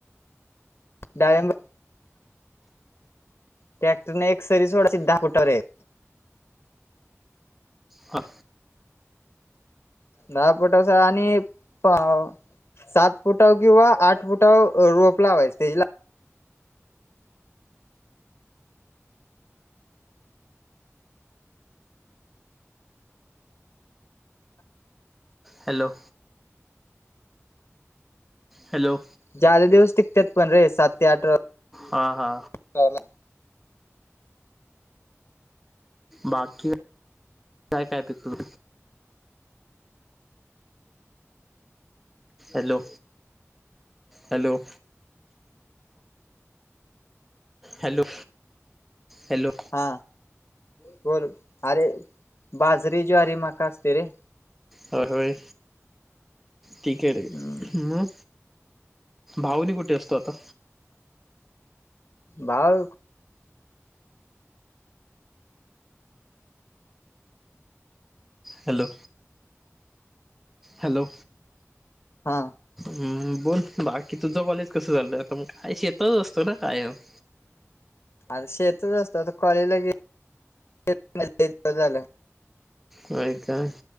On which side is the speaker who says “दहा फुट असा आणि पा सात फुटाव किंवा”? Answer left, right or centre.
Left